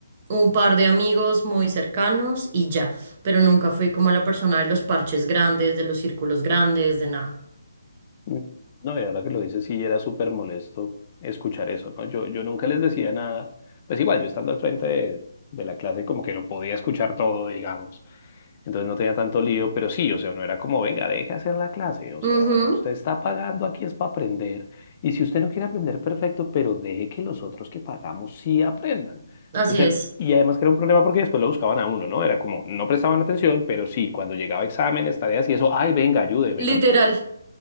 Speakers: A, on the right; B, on the left.
A: un par de amigos muy cercanos y ya. Pero nunca fui como la persona de los parches grandes, de los círculos grandes, de nada.
B: Mm. No, y ahora que lo dices, sí, era súper molesto escuchar eso, ¿no? Yo, yo nunca les decía nada. Pues igual, yo estando al frente de, de la clase como que lo podía escuchar todo, digamos. Entonces no tenía tanto lío, pero sí, o sea, no era como, venga, deje hacer la clase, o sea,
A: Ujú,
B: usted está pagando aquí es para aprender, y si usted no quiere aprender, perfecto, pero deje que los otros que pagamos sí aprendan.
A: así
B: Entonces,
A: es.
B: era- y además que era un problema porque después lo buscaban a uno, ¿no? Era como, no prestaban atención, pero sí, cuando llegaba exámenes, tareas y eso, ay, venga, ayúdeme,
A: Literal,
B: ¿no?